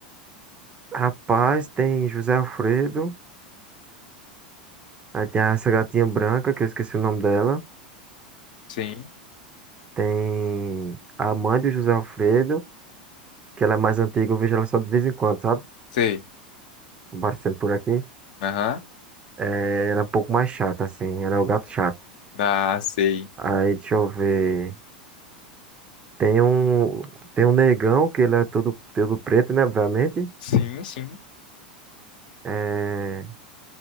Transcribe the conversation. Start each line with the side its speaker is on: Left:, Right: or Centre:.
Right: Rapaz, tem José Alfredo. Aí tem essa gatinha branca, que eu esqueci o nome dela.
Left: Sim,
Right: Tem a mãe do José Alfredo, que ela é mais antiga, eu vejo ela só de vez em quando, sabe?
Left: sei.
Right: Aparecendo por aqui.
Left: Aham.
Right: É, ela é um pouco mais chata, assim. Ela é o gato chato.
Left: Ah, sei.
Right: Aí, deixa eu ver. Tem um, tem um negão, que ele é todo, todo preto, né? Obviamente.
Left: Sim, sim.
Right: É.